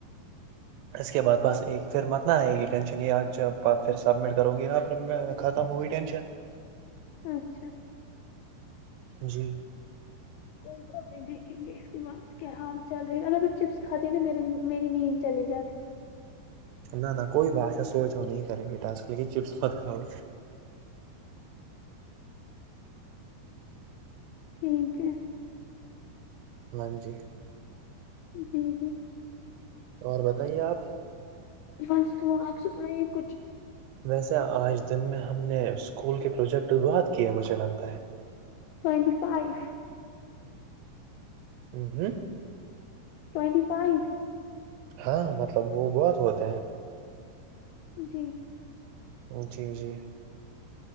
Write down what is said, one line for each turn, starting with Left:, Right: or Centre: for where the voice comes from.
Right: اس کے بعد بس ایک پھر مت نہ آئیگی ٹینشن یا پھر سبمٹ کروں گی یا پھر میں ختم ہوی ٹینشن
Left: اچھا
Right: جی
Left: کوئی بات نہیں دیکھیں گے اس کے بعد کیا حال چل رہے گ چپس کھاتے ہیں نا میرے میری نیند چلی جاتی
Right: نہ نہ کوئی بھاشا سوچ نہیں کریں بیٹا اس لیے چپس مت کاؤ
Left: ٹھیک ہے
Right: ہاں جی
Left: جی جی
Right: اور بتائیے آپ
Left: بس دعا آپ سنایئے کچھ
Right: ویسے آج دن میں ہم نے اسکول کے پروجیکٹ بہت کیے مجھے لگتا ہے
Left: ٹوینٹی فائیف
Right: ہوں
Left: ٹوینٹی فائیو
Right: ہاں مطلب وہ بہت ہوتے ہیں
Left: جی
Right: جی جی